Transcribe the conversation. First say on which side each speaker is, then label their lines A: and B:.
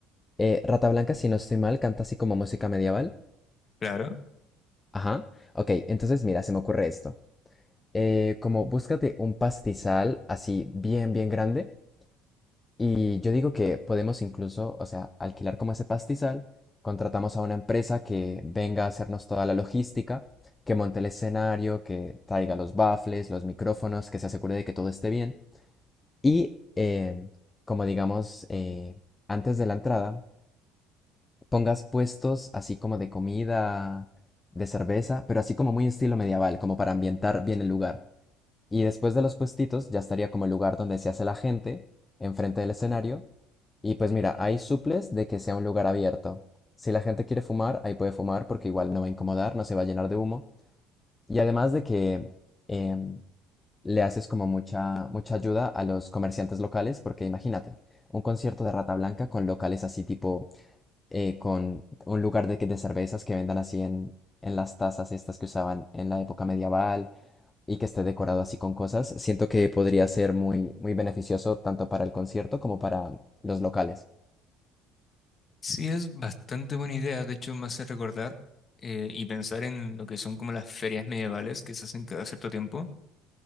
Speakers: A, on the left (about 20°); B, on the left (about 40°).
A: eh, Rata Blanca, si no estoy mal, canta así como música medieval.
B: Claro,
A: Ajá. Ok, entonces mira, se me ocurre esto. Eh, como búscate un pastizal así bien, bien grande. Y yo digo que podemos incluso, o sea, alquilar como ese pastizal, contratamos a una empresa que venga a hacernos toda la logística, que monte el escenario, que traiga los baffles, los micrófonos, que se asegure de que todo esté bien. Y em, como digamos, eh, antes de la entrada, pongas puestos así como de comida, de cerveza, pero así como muy estilo medieval, como para ambientar bien el lugar. Y después de los puestitos ya estaría como el lugar donde se hace la gente, enfrente del escenario. Y pues mira, hay suples de que sea un lugar abierto. Si la gente quiere fumar, ahí puede fumar porque igual no va a incomodar, no se va a llenar de humo. Y además de que em, le haces como mucha, mucha ayuda a los comerciantes locales, porque imagínate, un concierto de Rata Blanca con locales así tipo, eh, con un lugar de, que- de cervezas que vendan así en, en las tazas estas que usaban en la época medieval y que esté decorado así con cosas, siento que podría ser muy, muy beneficioso tanto para el concierto como para los locales.
B: sí es bastante buena idea, de hecho me hace recordar eh, y pensar en lo que son como las ferias medievales que se hacen cada cierto tiempo.